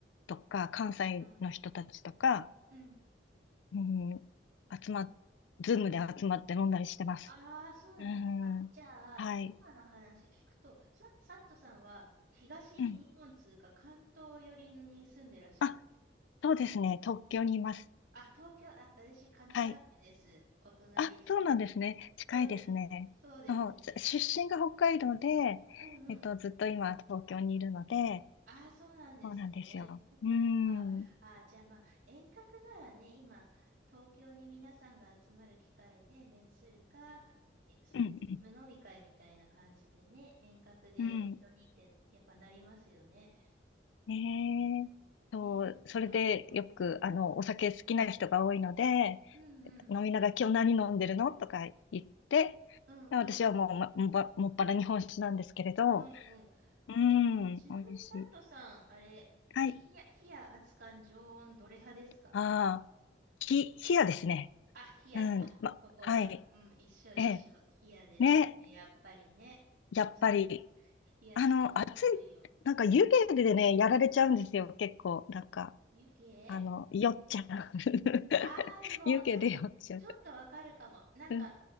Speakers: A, on the left (about 90°); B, on the right (about 75°).
A: とか、関西の人たちとか、
B: あ、うん。
A: うん、集まっ、ズームで集まって飲んだりしてます。
B: ああ、そうなんですね。
A: うん、
B: あ、じゃあ、
A: はい。
B: 今の話聞くと、さ、サットさんは東日本通か関東寄りに住んでらっしゃる。
A: うん。あ、そうですね。東京にいます。
B: あ、東京、あ、私、神奈川県です。
A: はい。
B: お隣で。
A: あ、そうなんですね。近いですね。
B: そうです。そうですね。
A: そう、出身が北海道で、
B: うん
A: えっと、ずっと今東京にいるので、
B: ああ、そうなんですね。
A: そうなんですよ。
B: そうか、
A: うん。
B: そうか。あ
A: うん。
B: あ、じゃあまあ、遠隔ならね、今、東京に皆さんが集まる機会で面するか、えそういうズーム飲み会みたいな感じでね、
A: うん。
B: 遠隔で一緒にって、
A: うん。うん
B: やっぱなりますよね。
A: ねえ。
B: うん
A: そう、
B: えー、そっか、
A: それでよく、
B: そっか。うん。
A: あの、お酒好きな人が多いので、
B: うんうん。
A: 飲みながら今日何飲んでるのとか言って、
B: うんうん。
A: 私はもう、ま、もっぱもっぱら日本酒なんですけれど、
B: うんうん。
A: うん、
B: え、ちなみに、
A: 美味しい。
B: サットさん、あれ、ひ、ひや、
A: はい。
B: ひや熱燗常温どれ派ですか
A: ああ、ひ、冷やですね。
B: あ、冷や。
A: うん、
B: あ、
A: ま、
B: ここは、
A: はい。
B: うん、一緒一緒。
A: ええ、
B: 冷やですね。
A: ね、
B: やっぱりね。
A: やっぱり、
B: 美味しいです。冷やして飲むといいよ。
A: あの、あ、なんか湯気でね、
B: うん。
A: やられちゃうんですよ、結構。なんか、
B: 湯気
A: あの、酔っちゃう。<laughs>
B: ああー、でも、
A: 湯気で酔っちゃう。
B: ちょ、ちょっとわかるかも。なんか、
A: うん、